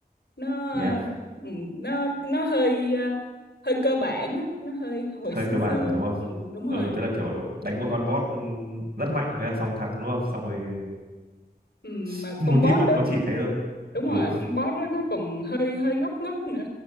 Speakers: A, on the left; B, on the right.
A: Nó
B: Thế
A: ờ,
B: à,
A: ừ, nó nó hơi ờ, hơi cơ bản á, nó hơi hồi
B: hơi
A: xưa
B: cơ bản
A: xưa.
B: à đúng không?
A: Ừ, đúng
B: Ừ,
A: rồi.
B: tức là kiểu đánh một con boss ừm, rất mạnh thế là xong thắng đúng không? Xong rồi
A: Ừ,
B: <laughs>
A: mà
B: mô
A: con
B: típ
A: boss
B: nó,
A: đó,
B: nó chỉ thế thôi.
A: đúng
B: Ừ.
A: rồi, con boss đó nó còn hơi hơi ngốc ngốc nữa